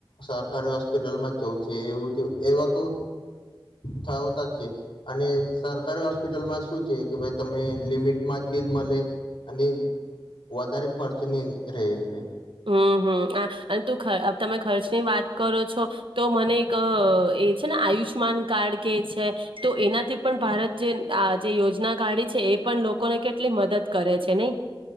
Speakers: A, on the left (about 75°); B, on the right (about 75°).
A: સરકારી હોસ્પિટલમાં જ જવું છે એવું એવા તો થયોતા જ છે અને સરકારી હોસ્પિટલમાં શું છે કે ભાઈ તમે લિમિટમાં જ બિલ મળે અને વધારે ખર્ચ ન રહે એટલે
B: હમ્મ હમ્મ હ અને તું તમે ખર્ચની વાત કરો છો તો મને એક એ છે ને આયુષમાન કાર્ડ કે છે તો એનાથી પણ ભારત જે આ જે યોજના કાઢી છે એ પણ લોકોને કેટલી મદદ કરે છે નહી.